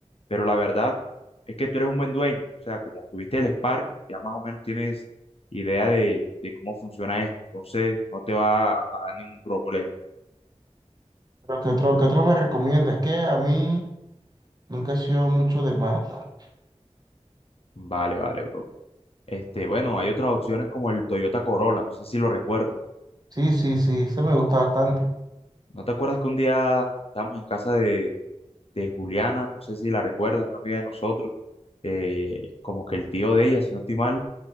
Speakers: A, on the left; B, on the right.
A: Pero la verdad es que tú eres un buen dueño. O sea, como tuviste el Spark, ya más o menos tienes idea de, de cómo funciona esto. Entonces no te va a dar ningún problema.
B: Pero ¿qué otro, qué otro me recomienda? Es que a mí nunca he sido mucho de Mazda.
A: Vale, vale, bro. Este, bueno, hay otras opciones como el Toyota Corolla. No sé si lo recuerdas.
B: Sí, sí, sí, se me gusta bastante.
A: ¿No te acuerdas que un día estábamos en casa de Juliana, no sé si la recuerda, una amiga de nosotros, eh, como que el tío de ella, si no estoy mal,